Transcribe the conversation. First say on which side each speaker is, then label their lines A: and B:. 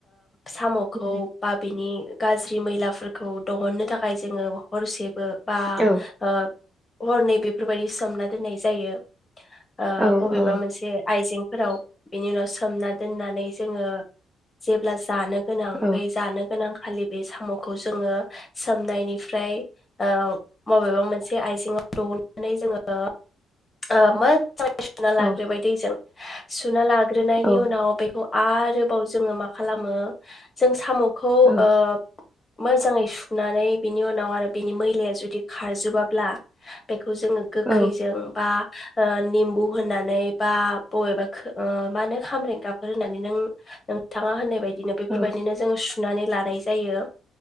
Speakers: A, on the left (about 30°); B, in the centre.
A: सामखौ
B: उम
A: बा बिनि गाज्रि मैलाफोरखौ दहुननो थाखाय जोङो हरसेबो बा
B: औ
A: ओ हरनै बेफोरबायदि सोमना दोननाय जायो। ओ
B: औ
A: बबेबा
B: औ
A: मोनसे आइजें। फोराव बिनि उनाव सोमना दोननानै जोङो जेब्लास जानो गोनां
B: औ
A: बै जानो गोनां खालि बे साम'खौ जोङो सोमनायनिफ्राय ओमफ्राय ओ मबेबा मोनसे आइजेंआव दौनानै जोङो। ओ मोजांयै सुना
B: औ
A: लाग्रोबाय दैजों। सुना लाग्रोनायनि
B: औ
A: उनाव बेखौ आरोबाव जोङो मा खालामो जों साम' खौ
B: औ
A: ओ मोजांङै सुनानै बिनि उनाव आरो बिनि मैलाया जुदि खारजोबाब्ला बे खौ जोङो गोखैजों
B: औ
A: बा ओ निम्बु होननानै बा बबेबा मा होनो खामब्रें गाफोर होननानै नों नोंथाङा होननाय बायदि बिदिनो बेफोरबायदिनो
B: औ
A: जों सु सुनानै लानाय जायो।